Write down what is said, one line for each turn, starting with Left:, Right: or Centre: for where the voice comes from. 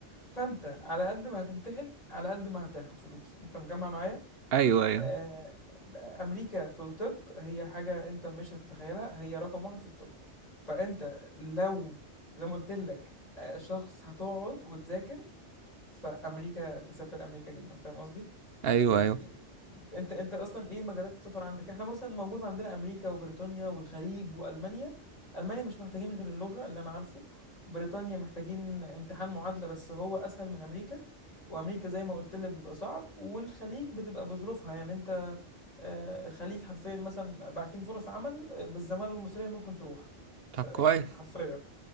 Left: فانت على قد ما هتمتحن على قد ما هتاخد فلوس انت مجمع معايا
Right: ايوه ايوه
Left: آه، امريكا في الطب هي حاجه انت مش هتتخيلها هي رقم واحد في الطب فانت لو زي ما قلت لك آه، شخص هتقعد وتذاكر فامريكا تسافر امريكا جدا فاهم قصدي
Right: ايوه
Left: يعني
Right: ايوه
Left: انت انت اصلا ايه مجالات السفر عندك احنا مثلا موجود عندنا امريكا وبريطانيا والخليج والمانيا المانيا مش محتاجين غير اللغه اللي انا عارفه بريطانيا محتاجين امتحان معادله بس هو اسهل من امريكا وامريكا زي ما قلت لك بيبقى صعب والخليج بتبقى بظروفها يعني انت آه، الخليج حرفيا مثلا باعتين فرص عمل آه، بالزماله المصريه ممكن تروح ف-
Right: طب
Left: يعني
Right: كويس
Left: حرفيا